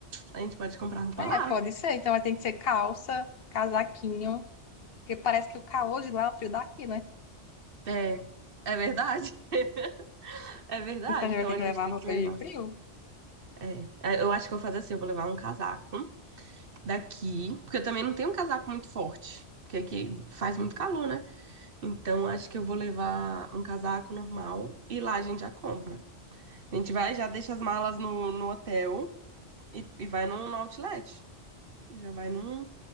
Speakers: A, on the right (about 55°); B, on the left (about 55°).
A: A gente pode comprar roupa
B: É,
A: lá.
B: pode ser, então vai ter que ser calça, casaquinho, porque parece que o calor de lá é o frio daqui, né?
A: É, é verdade. <laughs> É verdade.
B: Então a gente
A: Então
B: vai ter
A: a
B: que
A: gente
B: levar
A: tem
B: roupa
A: que levar.
B: de frio.
A: É, É, eu acho que eu vou fazer assim, eu vou levar um casaco. daqui, porque eu também não tenho um casaco muito forte, porque aqui faz muito calor, né? Então acho que eu vou levar um casaco normal e lá a gente já compra. A gente vai, já deixa as malas no, no hotel e, e vai no, no outlet. Já vai num,